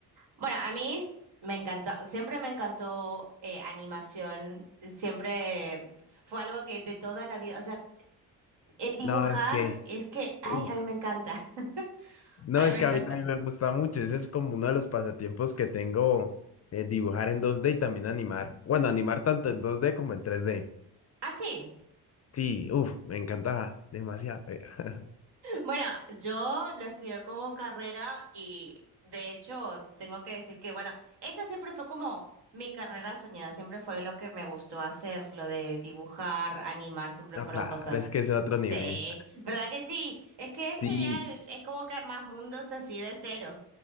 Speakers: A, on the right; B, on the left.
A: Bueno, a mí me encanta, siempre me encantó eh, animación, siempre fue algo que de toda la vida, o sea, el dibujar
B: No, es que,
A: es que, ay,
B: uf,
A: a mí me encanta. <laughs>
B: no,
A: A mí
B: es
A: me
B: que
A: encanta.
B: a mí también me gusta mucho, ese es como uno de los pasatiempos que tengo, eh, dibujar en dos d y también animar, bueno, animar tanto en dos d como en tres d
A: Ah, sí.
B: Sí, uff, me encantaba demasiado. eh. <laughs>
A: Bueno, yo lo estudié como carrera y de hecho tengo que decir que, bueno, esa siempre fue como mi carrera soñada, siempre fue lo que me gustó hacer, lo de dibujar, animar, siempre
B: No,
A: fueron
B: claro,
A: cosas,
B: es que es otro
A: sí,
B: nivel.
A: ¿verdad que sí? Es que es
B: Sí,
A: genial, es como que armas mundos así de cero,